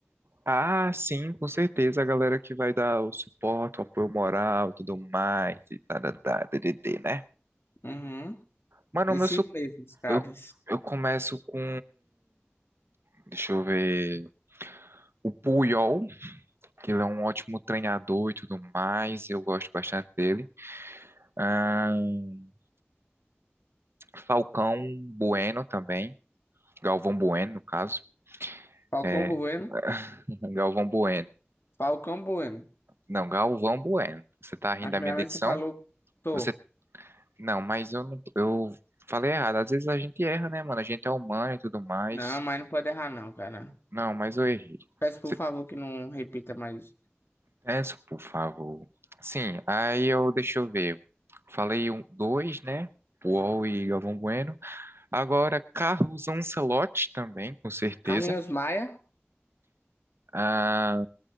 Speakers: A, on the right (about 65°); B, on the left (about 60°).
A: Ah, sim, com certeza, a galera que vai dar o suporte, o apoio moral e tudo mais, e tá, tá, tá, tdd, né?
B: Uhum.
A: Mano,
B: Esses
A: o meu su-
B: mesmos, caras.
A: eu, eu começo com, deixa eu ver, o Puyol, que ele é um ótimo treinador e tudo mais, eu gosto bastante dele. Ahn, Falcão Bueno também, Galvão Bueno, no caso,
B: Falcão
A: é,
B: Bueno.
A: <laughs> Galvão Bueno,
B: Falcão Bueno.
A: não, Galvão Bueno, você tá rindo
B: A primeira
A: da minha dicção?
B: vez que você falou, tô.
A: Você Não, mas eu não, eu falei errado. Às vezes a gente erra, né, mano? A gente é humano e tudo mais.
B: Não, mas não pode errar, não, cara.
A: Não, mas eu errei.
B: Peço por
A: Você-
B: favor que não repita mais.
A: Peço, por favor. Sim, aí eu, deixa eu ver. Falei um, dois, né? Paul e Galvão Bueno. Agora, Carlos Ancelotti também, com certeza.
B: Carlinhos Maia.
A: Ah,